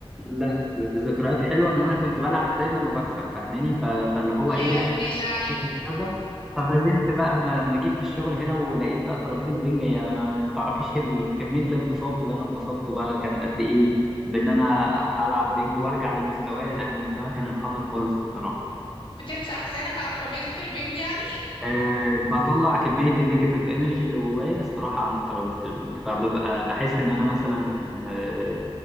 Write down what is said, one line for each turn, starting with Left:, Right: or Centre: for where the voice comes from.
Centre: لا بذكريات حلوة إن أنا كنت بلعب دايما وبكسب فاهماني ف- فاللي هو
Left: يا
Centre: إيه يعني
Left: ابن اللعيبه
Centre: حسيت بالكذا. فما زلت بقى ما ما جيت في الشغل هنا ولقيت بقى ترابيزة بنج يعني أنا ما تعرفيش ال- كمية الانبساط اللي أنا انبسطته بقى كان قد إيه بإن أنا هلعب بنج وأرجع لمستواي لأن مستواي كان انحدر خالص الصراحة
Left: بتنسى احزانك على ترابيزه البينج يعني
Centre: أه بطلع كمية النيجاتيف انرجي اللي جوايا الصراحة عند ترابيزة البنج فببقى بحس إن أنا مثلا أه